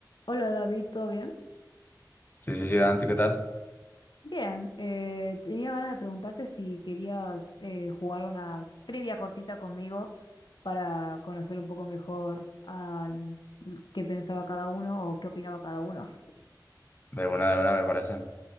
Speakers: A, on the left (about 75°); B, on the left (about 25°).
A: Hola David, ¿todo bien?
B: Sí, sí, sí, Dante, ¿qué tal?
A: Bien, eh, tenía ganas de preguntarte si querías eh, jugar una trivia cortita conmigo para conocer un poco mejor al- qué pensaba cada uno o qué opinaba cada uno. <laughs>
B: De una, de una, me parece.